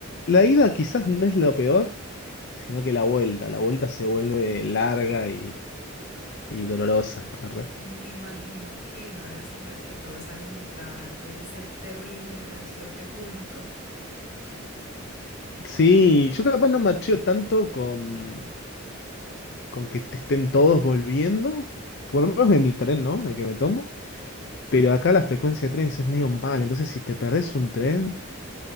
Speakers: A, on the left; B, on the left.
A: la ida quizás no es lo peor sino que la vuelta, la vuelta se vuelve larga y, y dolorosa. Arre.
B: Me imagino que en horas en las que todos salen de trabajar debe ser terrible el transporte público.
A: Sí, yo capaz no macheo tanto con, con que te estén todos volviendo, por lo menos en mi tren, ¿no? El que me tomo, pero acá la frecuencia de trenes es medio mal, entonces si te perdés un tren,